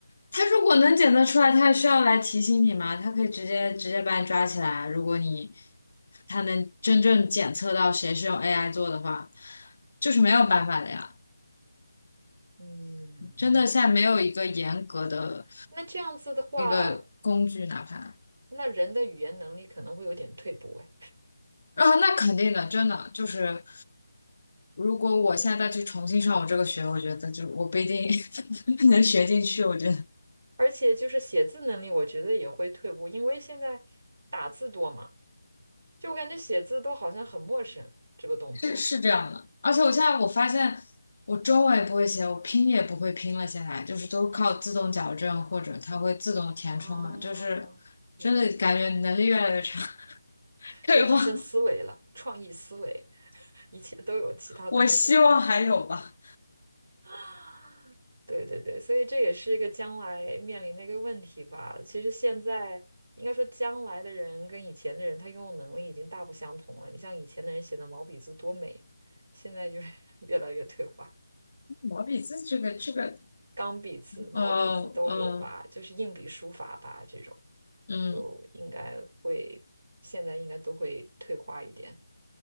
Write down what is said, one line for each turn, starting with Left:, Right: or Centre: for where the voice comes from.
Left: 他如果能检测出来，他还需要来提醒你吗？他可以直接直接把你抓起来。如果你他能真正检测到谁是用 AI 做的话，就是没有办法的呀。
Right: 嗯，
Left: 真的，现在没有一个严格的
Right: 那这样子的话，
Left: 一个工具，哪怕
Right: 那人的语言能力可能会有点退步哎，
Left: 啊，那肯定的，真的就是，如果我现在再去重新上我这个学，我觉得就我不一定 <laughs> 能学进去。我觉得，
Right: 而且就是写字能力，我觉得也会退步，因为现在打字多嘛，就我感觉写字都好像很陌生这个动作。
Left: 是是这样的，而且我现在我发现我中文也不会写，我拼也不会拼了，现在就是都靠自动矫正或者它会自动填充嘛，
Right: 啊，
Left: 就是真的感觉能力越来越差，
Right: 对，
Left: <laughs> 退化。
Right: 就只剩思维了，
Left: <laughs>
Right: 创意思维，一切都有其他东西给你搞定。
Left: 我希望还有吧，
Right: <laughs> <gasps> 对对对，所以这也是一个将来面临的一个问题吧。其实现在应该说，将来的人跟以前的人，他拥有能力已经大不相同了。你像以前的人写的毛笔字多美，现在就是 <laughs> 越来越退化。
Left: 毛笔字这个这个，
Right: 钢笔字、毛笔字都有吧，
Left: 呃嗯
Right: 就是硬笔书法吧，这种
Left: 嗯
Right: 都应该会，现在应该都会退化一点。